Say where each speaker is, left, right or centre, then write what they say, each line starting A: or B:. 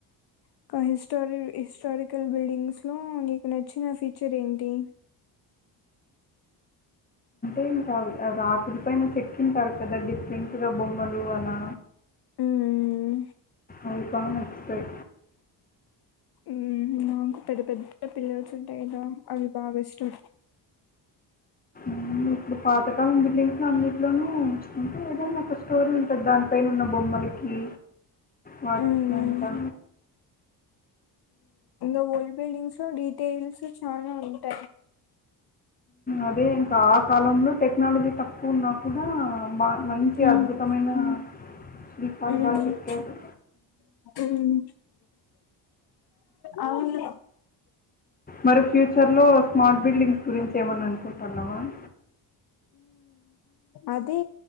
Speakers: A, on the left; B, on the left.
A: ఒక హిస్టారి హిస్టారికల్ బిల్డింగ్స్ లో నీకు నచ్చిన ఫీచర్ ఏంటి
B: ఏం కాదు రాత్రల పైన చెక్కింటారు కదా డిఫరెంట్ ఇగ బొమ్మలు అలా
A: మ్మ్
B: అవి నచ్చుతాయి.
A: మ్ మాకు పెద్ద పెద్ద పిల్లర్స్ ఉంటాయి కదా అవి బాగా ఇష్టూ
B: మ్ ఇట్ల పాతకాలం ఇంట్లో అన్నిట్లోన ఉంటే ఏదైనా ఒక స్టోరీ ఉంటది దానిపైన ఉన్న బొమ్మలకి వాటిర్
A: ఉమ్
B: పంటా
A: అ బిల్డింగ్స్ లో డీటెయిల్స్ చాలా ఉ ంట
B: అదే ఇంకా ఆ కాలంలో టెక్నాలజీ త నా కూడా బా మంచి
A: ఉమ్
B: అద్భుతమైన శీపల్
A: ఉమ్
B: బాగా చెప్పారు
A: ఉమ్ అవును
B: మరి ఫ్యూచర్ లో స్మార్ట్ బిల్డింగ్స్ గురించి ఏమన్నా అనుకోు పలవాన్
A: అదే